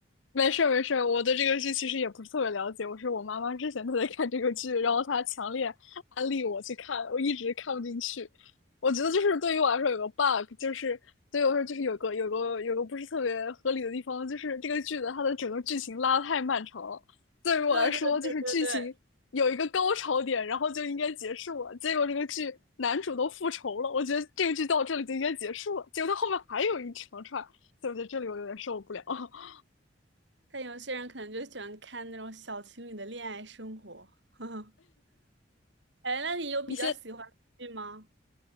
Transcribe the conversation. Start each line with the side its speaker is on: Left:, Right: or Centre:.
Left: 没事儿没事儿，我对这个剧其实也不是特别了解。我是我妈妈之前她在看这个剧，然后她强烈安利我去看，我一直看不进去。我觉得就是对于我来说有个 bug，就是对于我来说就是有个有个有个不是特别合理的地方，就是这个剧的它的整个剧情拉得太漫长了。对于我来说，
Right: 对对对对对，
Left: 就是剧情有一个高潮点，然后就应该结束了。结果这个剧男主都复仇了，我觉得这个剧到这里就应该结束了。结果它后面还有一长串，所以我觉得这里我有点受不了。<laughs>
Right: 但有些人可能就喜欢看那种小情侣的恋爱生活，<laughs> 呵呵。哎，那你有比较喜欢的剧吗？
Left: 你先。